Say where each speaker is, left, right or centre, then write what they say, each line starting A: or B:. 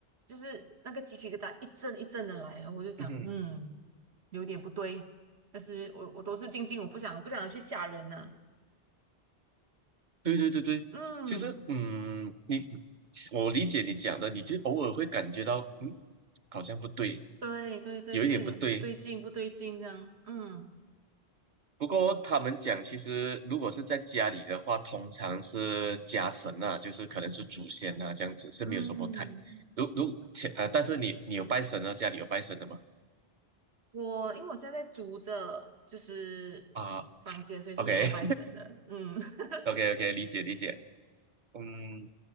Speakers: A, on the right; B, on the right.
A: 就是那个鸡皮疙瘩一阵一阵的来，我就讲，
B: 嗯嗯
A: 嗯，有点不对，但是我我都是静静，我不想不想要去吓人呐、
B: 对对对对，
A: 嗯，
B: 其实嗯，你我理解你讲的，你就偶尔会感觉到，嗯，好像不对，
A: 对对对，
B: 有一点不对。
A: 就有点不对劲，不对劲这样，嗯
B: 不过他们讲，其实如果是在家里的话，通常是家神啊，就是可能是祖先啊，这样子是没有什么太。
A: 嗯。
B: 如如前呃，但是你你有拜神啊，家里有拜神的吗？
A: 我因为我现在在租着就是
B: 啊
A: 房间，所以是没有拜神的。
B: ，OK
A: 嗯 <laughs>
B: <laughs> OK OK，理解理解。嗯，